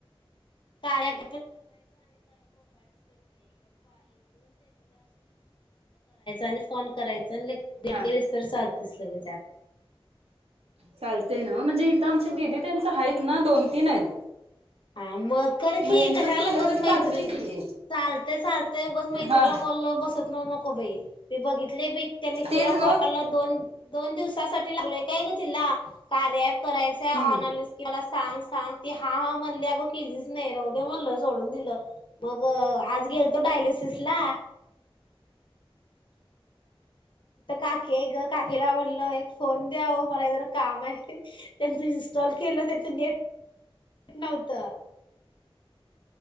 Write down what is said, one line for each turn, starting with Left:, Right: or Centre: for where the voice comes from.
Left: <unintelligible> करायचा आणि फोन करायचा आणि लेक देट
Right: हा.
Left: केेलीस तर चा तस लगेच ऍप.
Right: चालतय ना म्हणजे इथं आमच्या दिदी त्यांच आहेत ना दोन तीन आहेत.
Left: हा मग कर की
Right: ह्यांचंच
Left: कशाला
Right: केलं
Left: उगच
Right: तर
Left: मैत्रीण
Right: चालतंय की.
Left: चालत, चालत उगच मैत्रीला
Right: हा
Left: कॉल लावू बसत न नको बई. ते बाघित लई बी त्यांनी
Right: तेच
Left: केला
Right: ग
Left: कॉल दोन, दोन दिवसासाठ लागलंय काय ग कार्यात, करायचं
Right: हम्म
Left: ऑना लिस्ट मला सांग सांग ती हा हा म्हण मी आग केलीच नाही. राहू दे म्हणल, सोडून दिलं मग आज गेल तो डायलिसिस ला. त काके ग काकीला म्हणलं. एक फोन द्या ओ मला जर काम आहे. त्यांचं इनस्टॉल केलं त्यांचं नेट नव्हतं.